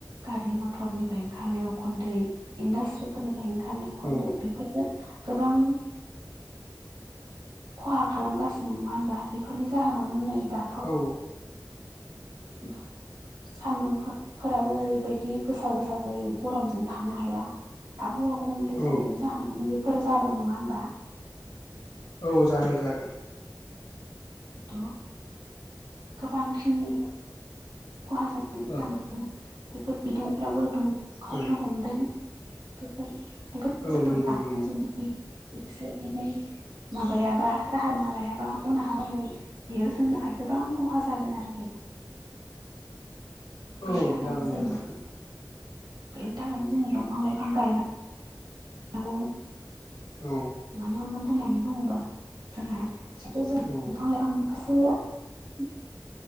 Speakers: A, on the right; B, on the left.
A: गारि मथरनिफ्राय ओंखारनायाव उखुन्दै इन्डासट्रिफोरनिफ्राय ओंखारना
B: औ
A: उन्दै बेफोरबो गोबां खहा खालामगासिनो नङा होनबा बेफोरनि जाहोनावनो नै दा
B: औ।
A: <unintelligible> सान्दुं फो-फोराबो ओरैबायदि गोसा गोसा जायो गरमजों थानो हाया। आबहावा गुबुंले जानायनि
B: औ
A: जाहोनावनो बेफोर जादों नङा होनबा।
B: औ जादों जादों।
A: बेथ' गोबांखिनि खहा जानानै
B: ओं
A: थानाङो बेफोर बिदुंफोराबो दुंखावनो
B: ओं
A: हमदों बेफोर बेफोरखौ
B: औ
A: जों
B: नंगौ
A: दानो
B: नंगौ
A: जुदि एसे एनै माबायाबा राहा लामा लायाबा उनहा ओरै बियो जोंनिखाय गोबां खहा जागोन आरोखि। बेनि
B: औ
A: थाखायनो
B: जागोन
A: जोङो
B: जागोन
A: बेनि थाखायनो जोङो दंफां लाइफां गायनां गौ।
B: औ
A: मानो होननानै बुङोबा जोंहा जिथु जों
B: औ
A: दफां लाइ फांनि फारसे